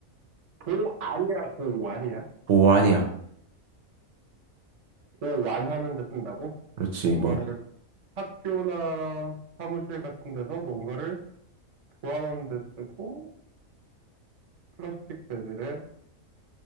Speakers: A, on the right; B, on the right.
A: 보안이야, 보완이야?
B: 보완이야.
A: 보완하는 데 쓴다고?
B: 그렇지.
A: 뭔가를
B: 뭐,
A: 학교나 사무실 같은 데서 뭔가를 보완하는 데 쓰고, 플라스틱 재질의